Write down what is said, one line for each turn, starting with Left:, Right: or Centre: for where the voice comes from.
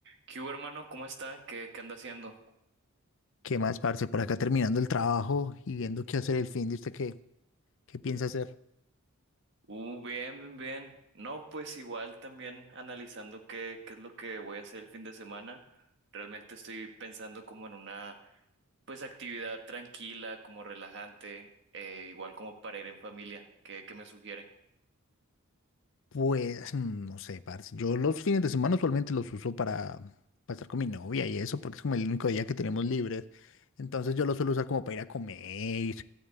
Right: ¿Qué hubo, hermano? ¿Cómo está? ¿Qué, qué anda haciendo?
Left: ¿Qué más, parce? Por acá terminando el trabajo y viendo qué hacer el fin de usted, ¿qué, qué piensa hacer?
Right: Uh, bien, bien, bien. No, pues igual también analizando qué, qué es lo que voy a hacer el fin de semana. Realmente estoy pensando como en una, pues, actividad tranquila, como relajante, eh, igual como para ir en familia. ¿Qué, qué me sugiere?
Left: Pues, mm, no sé, parce. Yo los fines de semana usualmente los uso para, para estar con mi novia y eso, porque es como el único día que tenemos libres. Entonces yo los suelo usar como para ir a comer,